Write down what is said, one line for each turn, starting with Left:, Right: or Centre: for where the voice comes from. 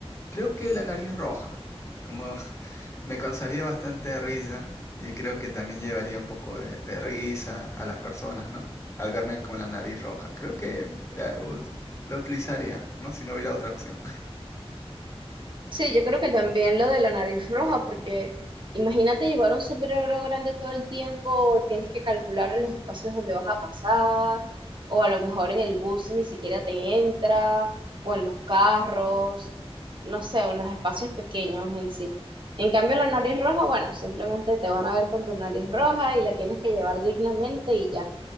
Left: creo que la nariz roja, como <laughs> Me causaría bastante risa y creo que también llevaría un poco de, de risa a las personas, ¿no? Al verme con la nariz roja. Creo que eh, us- la utilizaría, ¿no? Si no hubiera otra opción.
Right: Sí, yo creo que también lo de la nariz roja, porque imagínate llevar un sombrero grande todo el tiempo, tienes que calcular los espacios donde vas a pasar, o a lo mejor en el bus ni siquiera te entra, o en los carros, no sé, o en los espacios pequeños en sí. En cambio, la nariz roja, bueno, simplemente te van a ver con tu nariz roja y la tienes que llevar dignamente y ya. O